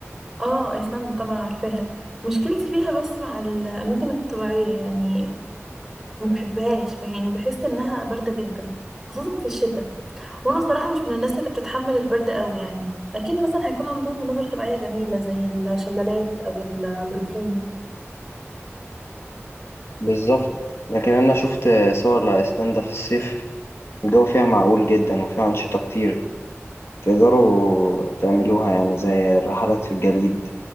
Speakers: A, in the centre; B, on the left (about 65°).
A: آه أيسلندا طبعا عارفاها مشكلتي فيها بس مع الأماكن الطبيعية يعني ما بحبهاش يعني بحس إنها باردة جدا خصوصا في الشتاء وانا الصراحه مش من الناس اللي بتتحمل البرد قوي يعني اكيد مثلا هيكون عندهم مناظر طبيعيه جميله زي الشلالات او البروكين
B: بالظبط لكن أنا شفت صور لأيسلندا في الصيف الجو فيها معقول جدا وفيها أنشطة كتير تقدروا تعملوها يعني زي الرحلات في الجليد